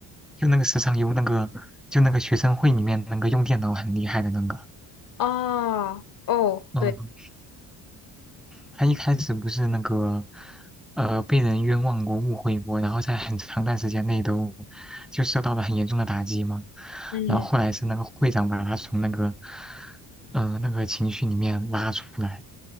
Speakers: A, in the centre; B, on the left.
A: 就那个时常有那个，就那个学生会里面那个用电脑很厉害的那个，
B: <laughs> 哦哦，
A: 嗯，
B: 对，
A: 他一开始不是那个，呃，被人冤枉过、误会过，然后在很长段时间内都就受到了很严重的打击嘛，
B: 嗯。
A: 然后后来是那个会长把他从那个，嗯、呃那个情绪里面拉出来，